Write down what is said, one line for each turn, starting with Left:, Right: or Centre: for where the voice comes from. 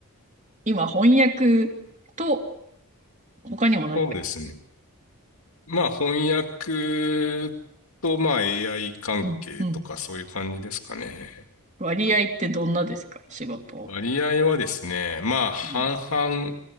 Right: 今翻訳と他にも何か、
Left: そうですね。まあ、翻訳と、まあ、AI 関係とか、
Right: うん、うん、
Left: そういう感じですかね。
Right: 割合ってどんなですか仕事。
Left: 割合はですね、まあ、半々、
Right: はい。